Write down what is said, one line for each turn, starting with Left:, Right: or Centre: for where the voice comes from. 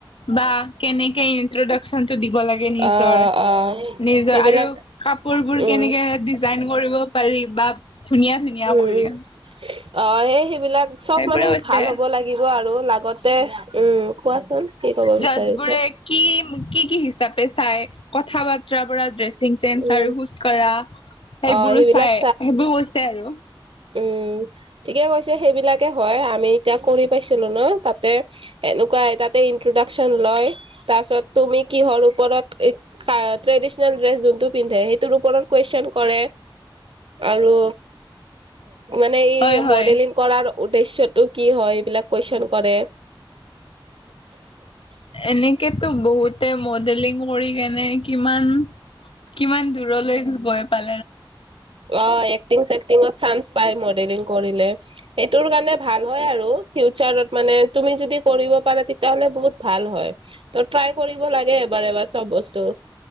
Left: বা কেনেকে ইন্ট্ৰডাকচন টো দিব লাগে নিজৰ।
Right: অ অ
Left: নিজৰ
Right: সেইবিলাক
Left: আৰু কাপোৰবোৰ
Right: উম
Left: কেনেকে ডিজাইন কৰিব পাৰি বা ধুনীয়া ধুনীয়া
Right: উম
Left: কৰি।
Right: অ সে সেইবিলাক চব
Left: সেইবোৰে
Right: মানে
Left: হৈছে
Right: ভাল হ'ব লাগিব আৰু লাগতে উম। কোৱাচোন কি ক'ব
Left: জাজ
Right: বিচাৰিছে?
Left: বোৰে কি কি কি হিচাপে চাই কথা বাৰ্তাৰ পৰা ড্ৰেছ ছিং চেঞ্চ
Right: উম
Left: আৰু খোজ কঢ়া, সেইবোৰো
Right: অ সেইবিলাক
Left: চাই, সেইবোৰ আৰু।
Right: উম ঠিকে কৈছে সেইবিলাকে হয়। আমি এতিয়া কৰি পাইছিলো ন, তাতে সেনেকুৱা তাতে ইন্ট্ৰডাকন লয় তাৰ পিছত তুমি কিহৰ ওপৰত ট্ৰেডিচনেল ড্ৰেছ যোন টো পিন্ধে সেইটোৰ ওপৰত কোৱেচন কৰে আৰু মানে ই
Left: হয় হয়
Right: মডেলিং কৰাৰ উদ্দেশ্যতটো কি হয় এইবিলাক কুৱেশচন কৰে।
Left: এনেকেতো বহুতে মডেলিং কৰি কেনে কিমান কিমান দূৰলৈ গৈ পাই।
Right: অঁ এক্টিং চেক্টিঙত চান্স পায় মডেলিং কৰিলে। সেইটোৰ কাৰণে ভাল হয় আৰু ফিউচাৰত মানে তুমি যদি কৰিব পাৰা তেতিয়াহলে বহুত ভাল হয়। তহ ট্ৰাই কৰিব লাগে এবাৰ এবাৰ চব বস্তু।